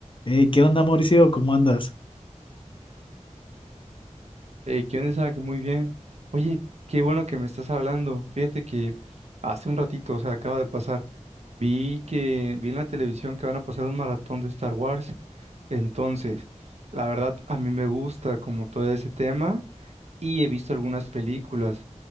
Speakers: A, on the left; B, on the right.
A: Hey, ¿qué onda, Mauricio? ¿Cómo andas?
B: Eh, ¿qué onda, Isaac? Muy bien. Oye, qué bueno que me estás hablando. Fíjate que hace un ratito, o sea, acaba de pasar, vi que vi en la televisión que van a pasar un maratón de Star Wars. Entonces, la verdad, a mí me gusta como todo ese tema y he visto algunas películas,